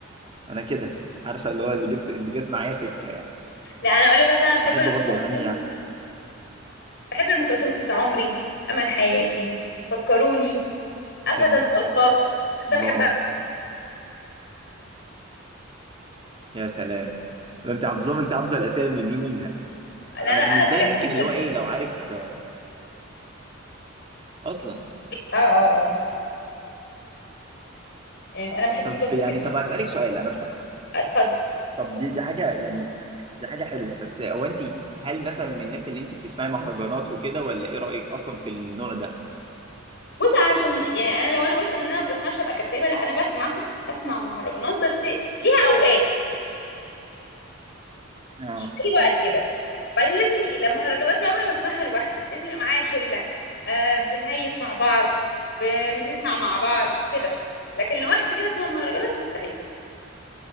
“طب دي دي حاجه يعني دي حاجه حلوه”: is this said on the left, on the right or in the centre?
Right